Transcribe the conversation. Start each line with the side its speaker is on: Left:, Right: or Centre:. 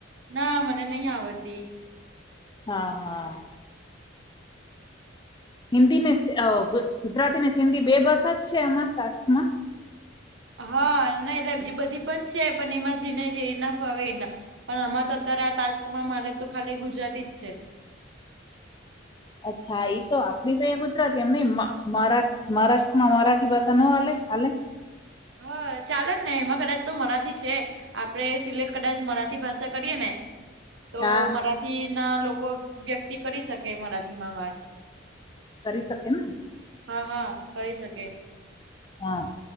Right: ના મને નહ આવડતી.
Left: હા હા. હિન્દી ને ગુજરાતી ને સિંધી બે ભાષા જ છે આમાં ક્સમાં.
Right: હા ના એટલે બી બધી પણ છે પણ એમાં જને જે નાફાવેને. પણ આમાં તો અત્યારે આ ટાસ્કમાં મારે તો ખાલી ગુજરાતી જ છે.
Left: અચ્છા એ તો આપડી તો અહીંયા ગુજરાતી એમ મરા મહારાષ્ટ્રમાં મરાઠી ભાષા ન હાલે હાલે.
Right: હા ચાલે ને એમાં કદાચ તો મારાથી છે. આપડે સિલે કદાચ મરાઠી ભાષા કરીએ ને. તો
Left: હા
Right: મરાઠી ના લોકો વ્યક્તિ કરી શકે મરાઠીમાં વાત.
Left: કરી શકે ને.
Right: હા હા કરી શકે.
Left: હા.